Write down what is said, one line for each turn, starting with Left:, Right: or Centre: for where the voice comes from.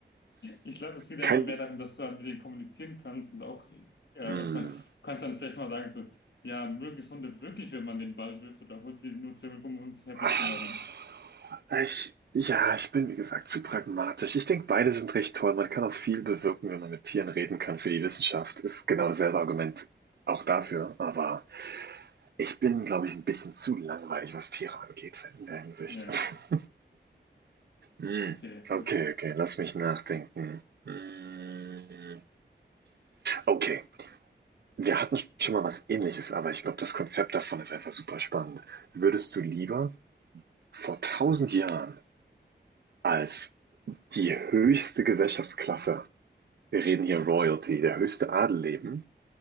Left: Ich glaube, es geht einfach
Right: Kein.
Left: mehr darum, dass du halt mit denen kommunizieren kannst und auch, äh,
Right: Mm.
Left: und ich meine, du kannst dann vielleicht mal sagen, so, ja, mögen es Hunde wirklich, wenn man den Ball wirft oder holt die nur zurück, um uns happy
Right: Ah,
Left: zu machen.
Right: Ich, ja, ich bin wie gesagt zu pragmatisch. Ich denke, beide sind recht toll. Man kann auch viel bewirken, wenn man mit Tieren reden kann für die Wissenschaft. Ist genau dasselbe Argument auch dafür. Aber ich bin, glaube ich, ein bisschen zu langweilig, was Tiere angeht in der Hinsicht.
Left: Ja,
Right: <laughs>
Left: okay.
Right: Hm.
Left: Okay, gut.
Right: Okay, okay, lass mich nachdenken. Hm. Okay, wir hatten schon mal was Ähnliches, aber ich glaube, das Konzept davon ist einfach super spannend. Würdest du lieber vor 1000 Jahren als die höchste Gesellschaftsklasse, wir reden hier Royalty, der höchste Adel leben,